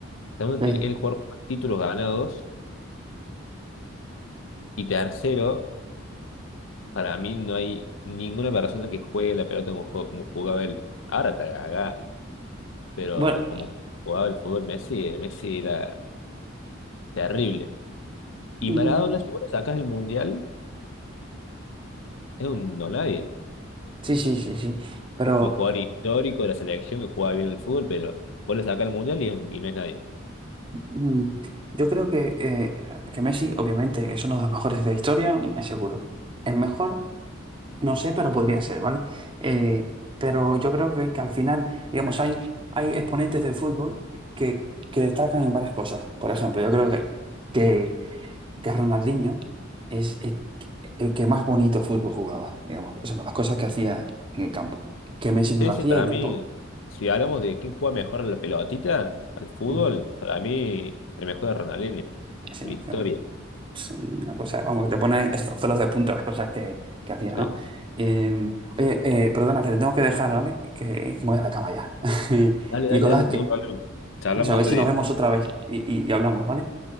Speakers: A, on the left (about 70°); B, on the right (about 25°).
A: Segundo,
B: Sí.
A: tiene el jugador con más títulos ganados y tercero Para mí no hay ninguna persona que juegue la pelota como, jue- como jugaba él. Ahora está gaga, pero
B: Bueno,
A: como jugaba el fútbol Messi, eh, Messi era terrible. Y
B: mm,
A: Maradona, si vos le sacas el Mundial, es un no nadie.
B: sí, sí, sí, sí. Pero
A: Un jugador histórico de la selección que jugaba bien el fútbol, pero vos le sacas el Mundial y, es- y no es nadie.
B: Mm, Yo creo que, eh, que Messi, obviamente, es uno de los mejores de la historia, es seguro. El mejor, no sé, pero podría ser, ¿vale? Eh, pero yo creo que, que al final, digamos, hay, hay exponentes del fútbol que, que destacan en varias cosas. Por ejemplo, yo creo que, que, que Ronaldinho es el, el que más bonito fútbol jugaba, digamos, o sea, con las cosas que hacía en el campo, que Messi
A: Sí,
B: no lo hacía
A: sí, para
B: y tampoco.
A: mí, si hablamos de quién juega mejor a la pelotita, al fútbol,
B: Ujú.
A: para mí el mejor es Ronaldinho,
B: Sí,
A: la historia.
B: claro. Es una cosa, vamos, que te pone es- los pelos de punta las cosas que, que hacía, ¿no?
A: sí.
B: Eh, oye, eh, perdona, que te tengo que dejar, ¿vale? Que, que me voy a la cama ya. <laughs>
A: Dale,
B: Nicolás,
A: dale, dale,
B: que,
A: ningún problema. Charlamos
B: pues a ver
A: otro
B: si
A: día.
B: nos vemos otra vez y, y y hablamos, ¿vale?